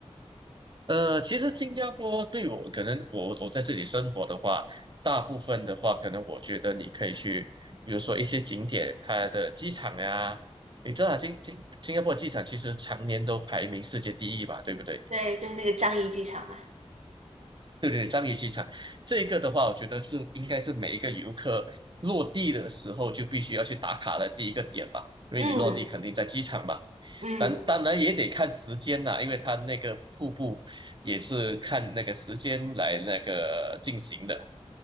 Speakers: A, on the right; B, on the right.
A: 呃，其实新加坡对我，可能我我在这里生活的话，大部分的话，可能我觉得你可以去，比如说一些景点，它的机场呀、你知道啊新新新加坡机场其实常年都排名世界第一吧，对不对？
B: 对，就是那个樟宜机场嘛。
A: 对对，樟宜机场这个的话，我觉得是应该是每一个游客落地的时候就必须要去打卡的第一个点吧，因为你落地肯定在机场嘛。
B: 嗯嗯
A: 当当然也得看时间啦，因为它那个瀑布也是看那个时间来那个进行的。